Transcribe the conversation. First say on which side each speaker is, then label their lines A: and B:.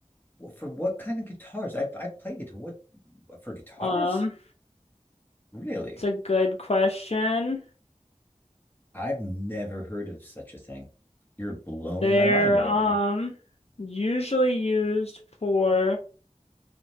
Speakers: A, on the left; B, on the left.
A: Well, for what kind of guitars? I've I've played guitar. What for guitars?
B: Um,
A: Really?
B: it's a good question.
A: I've never heard of such a thing. You're blowing
B: They're
A: my mind right
B: um
A: now.
B: usually used for